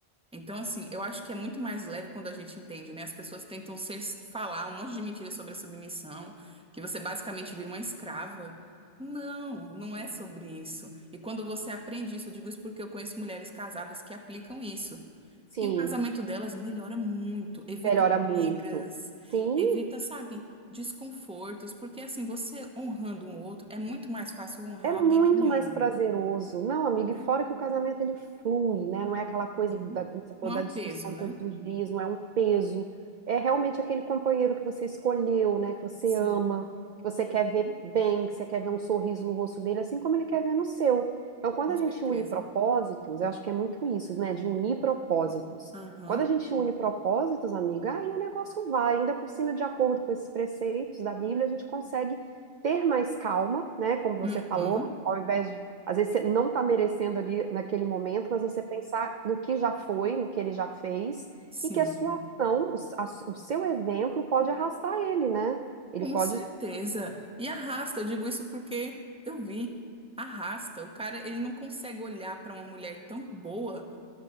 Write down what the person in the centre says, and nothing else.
Então, assim, eu acho que é muito mais leve quando a gente entende, né? As pessoas tentam ser, falar um monte de mentiras sobre a submissão, que você basicamente vira uma escrava. Não, não é sobre isso. E quando você aprende isso, eu digo isso porque eu conheço mulheres casadas que aplicam isso.
E o casamento delas melhora muito, evita
brigas,
evita, sabe, desconfortos, porque assim, você honrando um outro, é muito mais fácil honrar
alguém que me
honra,
né?
Uhum.
Não é
um
peso, né?
Sim.
Uhum.
Com
certeza.
Aham.
Uhum.
Sim.
Com
certeza. E arrasta, eu digo isso porque eu vi. Arrasta. O cara, ele não consegue olhar para uma mulher tão boa